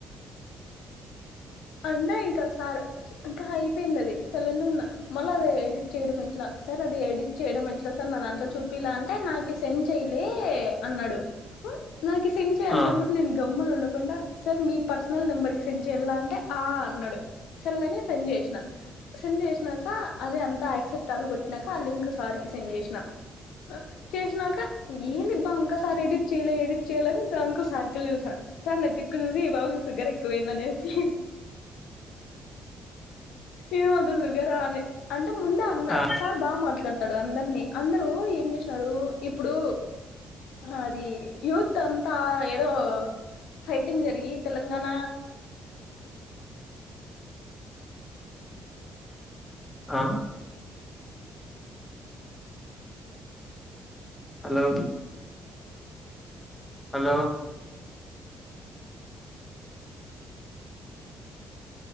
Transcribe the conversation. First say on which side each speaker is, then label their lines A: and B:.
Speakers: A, on the left (about 85°); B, on the left (about 20°).
A: అంటే ఇంకా సార్ ఇంకా అయిపోయిందది సైలెంటు గున్నా మళ్ళ అది ఎడిట్ చేయడం ఎట్లా సార్ అది ఎడిట్ చేయడం ఎట్లా సార్ నా దాంట్లో చూపిలా అంటే నాకిస్ టెన్ చేయలే అన్నాడు నాకి సెండ్ చేయ్ అన్నా
B: ఆ
A: కూడా నేను గమ్మన ఉండకుండా సార్ మీ పర్సనల్ నెంబర్కి సెండ్ చేయాల అంటే ఆ అన్నాడు సర్లే అని సెండ్ చేసిన సెండ్ జేసినాక అదే అంతా యాక్సెప్ట్ ఆలు కొట్టినాక ఆ లింక్ సార్కి సెండ్ జేసినా ఆ చేసినాక ఏందిబ్బా ఇంకా సార్ ఎడిట్ చేయలే ఎడిట్ చేయ్యలే అని జాన్కు సార్కెళ్ళి జూస్తాన్న సార్ నాథిక్కు జూసి ఈ పాపకి ఫిగర్ ఎక్కువైందనేసి ఏమంత షూగరా అని అంటే ముందు అన్నా
B: ఆ
A: సార్ బాగా మాట్లాడు తాడు అందర్నీ అందరూ ఏం చేసినారు ఇప్పుడు హా అది యూత్ అంతా ఏదో ఫైటింగ్ జరిగి తెలంగాణ
B: ఆ హలో హలో